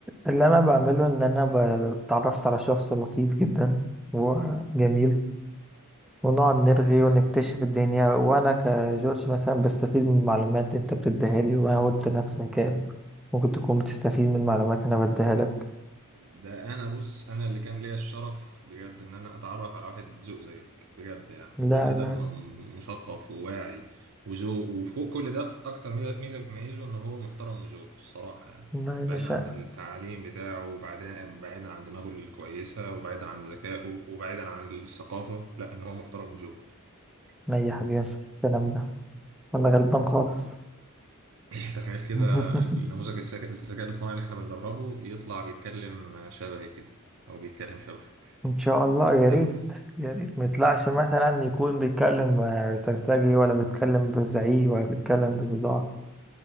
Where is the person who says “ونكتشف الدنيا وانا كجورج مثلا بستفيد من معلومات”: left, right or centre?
Centre